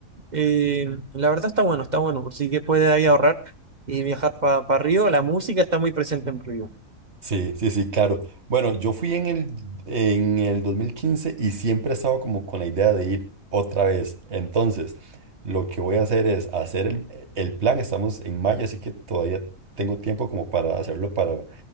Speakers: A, on the right; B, on the right.
A: Eh, la verdad está bueno, está bueno, por si que puede ahí ahorrar y viajar para Río, la música está muy presente en Río.
B: Sí, sí, sí, claro. Bueno, yo fui en el, en el 2015 y siempre he estado como con la idea de ir otra vez. Entonces, lo que voy a hacer es hacer el, el plan. Estamos en mayo, así que todavía tengo tiempo como para hacerlo para